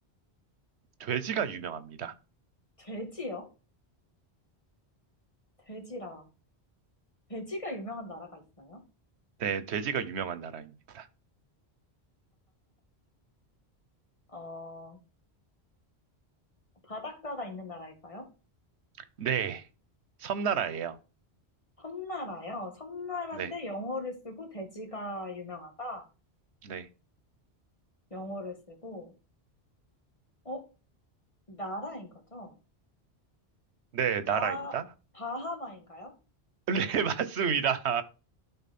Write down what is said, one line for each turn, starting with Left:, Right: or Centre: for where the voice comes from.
Right: 돼지가 유명합니다.
Left: 돼지요? 돼지라. 돼지가 유명한 나라가 있어요?
Right: 네, 돼지가 유명한 나라입니다.
Left: 어, 바닷가가 있는 나라일까요?
Right: 네. 섬나라예요.
Left: 섬나라요. 섬나라인데
Right: 네.
Left: 영어를 쓰고 돼지가 유명하다.
Right: 네.
Left: 영어를 쓰고, 어, 나라인 거죠?
Right: 네,
Left: 바,
Right: 나라입니다.
Left: 바하마인가요?
Right: <laughs> 네, 맞습니다.